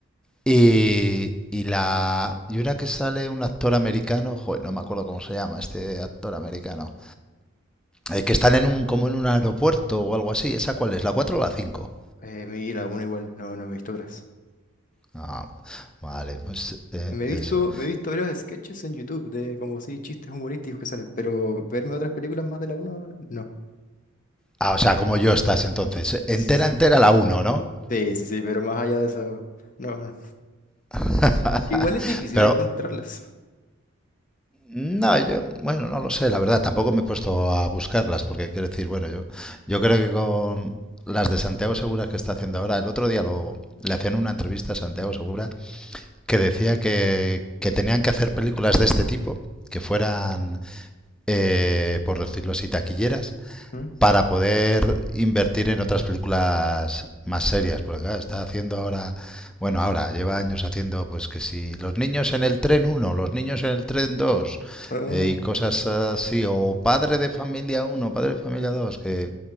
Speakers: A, in the centre; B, on the left.
A: Y, y la y una que sale un actor americano, joder, no me acuerdo cómo se llama este actor americano, eh, que están en un como en un aeropuerto o algo así, ¿esa cuál es? ¿La 4 o la cinco.
B: Eh, me vi la uno igual, no, no me he visto otras.
A: Ah, vale, pues eh,
B: Eh, Me he visto,
A: eso.
B: me he visto varios sketches en YouTube de como así chistes humorísticos que salen, pero verme otras películas más de la uno no.
A: Ah, o sea, como yo estás entonces. Entera,
B: Sí,
A: entera la uno ¿no?
B: sí, sí, pero más allá de eso, no. no.
A: <laughs>
B: Es que igual es difícil
A: Pero
B: encontrarlas.
A: no, yo, bueno, no lo sé, la verdad, tampoco me he puesto a buscarlas, porque quiero decir, bueno, yo, yo creo que con las de Santiago Segura que está haciendo ahora, el otro día lo, le hacían una entrevista a Santiago Segura que decía que, que tenían que hacer películas de este tipo, que fueran, eh, por decirlo así, taquilleras,
B: ¿Mm?
A: para poder invertir en otras películas más serias, porque claro, está haciendo ahora, bueno, ahora lleva años haciendo pues que si los niños en el tren uno, los niños en el tren dos
B: Ah,
A: eh, y cosas así, o padre de familia uno, padre de familia 2, que